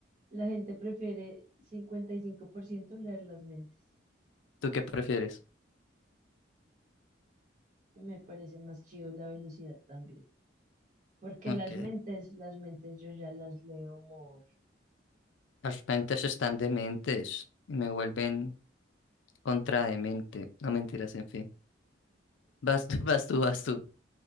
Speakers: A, on the right; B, on the left.
A: La gente prefiere 55% leer las mentes.
B: ¿Tú qué prefieres?
A: Me parece más chido la velocidad también. Porque
B: Ok,
A: las mentes, las mentes yo ya las leo more.
B: las mentes están dementes y me vuelven Contra de mente. No mentiras, en fin. Vas tú, <laughs> vas tú, vas tú.